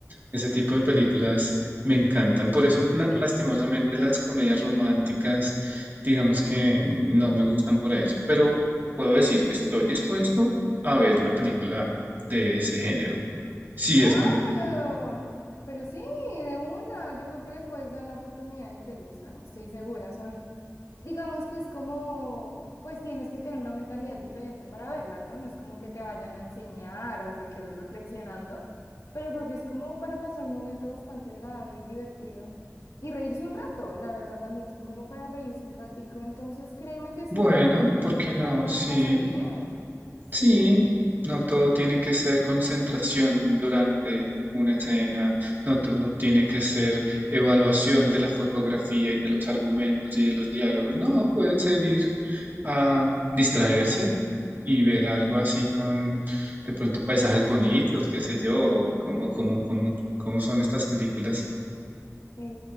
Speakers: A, on the right (about 35°); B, on the left (about 80°).
A: Ese tipo de películas me encantan. Por eso, na- lastimosamente, las comedias románticas, digamos que no me gustan por eso, pero puedo decir que estoy dispuesto a ver una película de ese género. Sí,
B: Ah,
A: es con...
B: pero, pero sí, de una. Yo creo que le puedes dar la oportunidad y te gustan. Estoy segura. Son digamos que es como, pues tienes que tener una mentalidad diferente para verlas, ¿no? No es como que te vayan a enseñar o que quedes reflexionando, pero creo que es como para pasar un momento bastante agradable y divertido y reírse un rato, la verdad también son como para reírse un ratico, entonces créeme que sí,
A: Bueno, ¿por qué no?
B: la puedes
A: Sí.
B: pasar bien, sí.
A: Sí, no todo tiene que ser concentración durante una escena, no todo tiene que ser evaluación de la fotografía y de los argumentos y de los diálogos, no, puede ser ir a distraerse y ver algo así con de pronto paisajes bonitos, qué sé yo, o como, como, como, cómo son estas películas.
B: Eh,